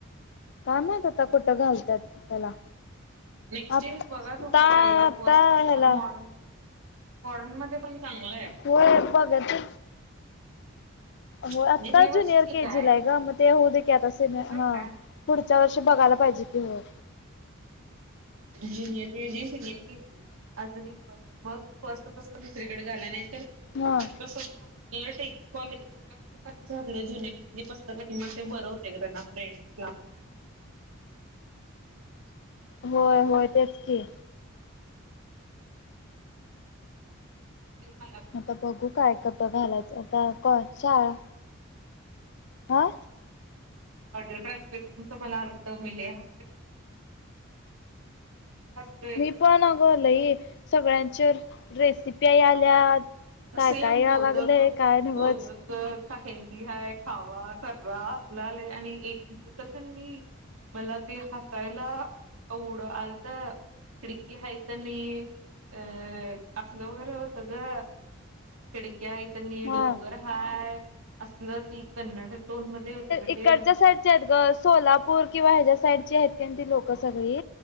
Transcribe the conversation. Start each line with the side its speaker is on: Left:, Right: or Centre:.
Left: का माहीत आता कुठं घालत्यात त्याला.
Right: तेच
Left: आता
Right: बघा तुम्ही पाहिजे तर
Left: आता
Right: फस्टपासन
Left: ह्याला
Right: मॉडन मॉडन मध्ये पण चांगलं आहे
Left: होय बघते. होय
Right: म्हणजे
Left: आता
Right: हे
Left: ज्युनियर
Right: वर्ष ठीक
Left: के जीला
Right: आहे
Left: हाय ग म ते होऊदे की आता सिनि
Right: होय
Left: हा
Right: काय
Left: पुढच्या वर्षी बघायला पाहिजे की हो.
Right: Junior K G, senior K G, आजून एक वर्ष मग फस्टपसून दुसरीकडे घाला नाही तर
Left: हा
Right: कसं उलट <unintelligible> घातलं ज्युनियर के जी पासन कणी म ते बर होतय गं त्यांना फ्रेंडसला म्हणा अच्छ
Left: होय होय तेच की
Right: फ फ
Left: आता बघू काय कटं घालायचं आता कय ळा हा
Right: ऑडिओ ट्रान्स्प्रिपशनचा मला अर्थ मिलेल ह ते सु
Left: मी पण अगो लई सगळ्यांचे रेसिपी आल्या
Right: सेम
Left: काय काय या
Right: मोदक
Left: लागलंय काय नवच
Right: मोदक हेल्दी हाय खावा खरा असलं आलंय आणि एकीच तर पण नाही मला ते हसायला आवडं आलत खिडकी हाय तरनी अ असलं वगैरे होत ग खिडक्या आहे त्यांनी
Left: हा
Right: डोंगर हाय असलं ती कन्नड टोन मध्ये होत ग
Left: इकडच्या
Right: ते
Left: साईडचे आहेत ग सोलापूर किंवा ह्याच्या्या साईडची आहेत का ती लोकं सगळी